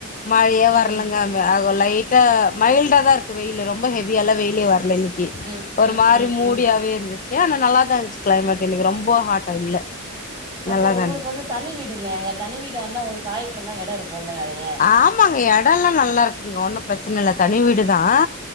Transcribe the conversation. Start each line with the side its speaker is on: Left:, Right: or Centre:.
Left: மழையே
Right: ம்
Left: வரலங்க அங்க லைட்டா மைல்டா தா இருக்கு வெயில் ரொம்ப ஹெவியால்லா வெயிலே வரல இன்னைக்கு
Right: ம்
Left: ஒரு
Right: ம்
Left: மாறி
Right: ம்
Left: மூடியாவே
Right: ம்
Left: இருந்துச்சு ஆனால் நல்லா தா இருந்துச்சு கிளைமேட் எனக்கு ரொம்ப ஹாட்டா இல்ல
Right: அப்போ
Left: நல்லாதா
Right: உங்களுக்கு
Left: இருந்தது
Right: வந்து தனி வீடு இல்லையாங்க தனி வீடா இருந்தா உங்களுக்கு காய போட இட இருக்கும்ல்ல நெறைய
Left: ஆமாங்க எடல்லா நல்லா இருக்குங்க ஒன்னு பிரச்சன இல்ல தனி வீடுதான்